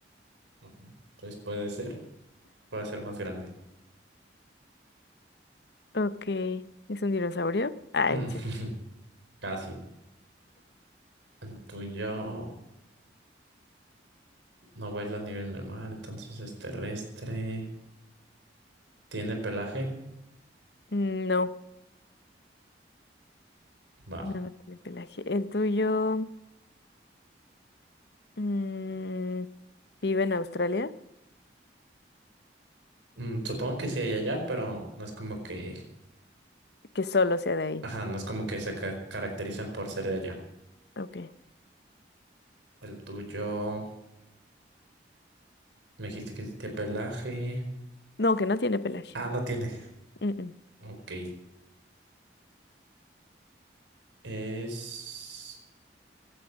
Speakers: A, on the right; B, on the left.
A: mm, pues puede ser. Puede ser más grande.
B: Ok. ¿Es un dinosaurio? Ah,
A: <laughs>
B: en serio.
A: Casi. El tuyo no vuela a nivel normal, entonces es terrestre. ¿Tiene pelaje?
B: Mm, No,
A: Va.
B: no, no tiene pelaje. ¿El tuyo mm, vive en Australia?
A: Mm, supongo que sí hay allá, pero no es como que.
B: Que solo sea de ahí.
A: Ajá, no es como que se ca- caracterizan por ser de allá.
B: Ok.
A: El tuyo. Me dijiste que sí tiene pelaje.
B: No, que no tiene pelaje.
A: Ah, no tiene.
B: Mm, mm.
A: Ok. Es.